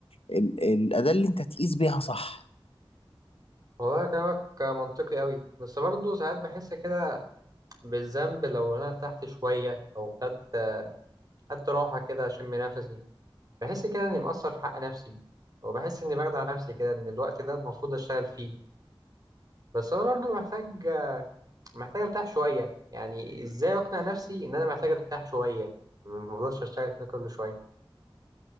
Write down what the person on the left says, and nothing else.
ال... الأداة اللي أنت تقيس بيها صح